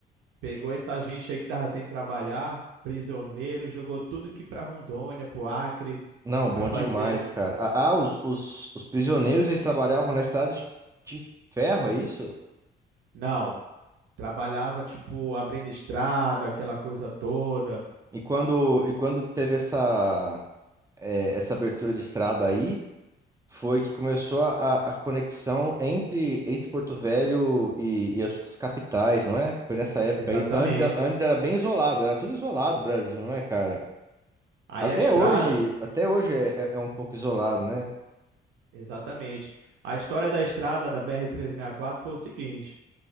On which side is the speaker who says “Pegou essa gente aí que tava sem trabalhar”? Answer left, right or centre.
Right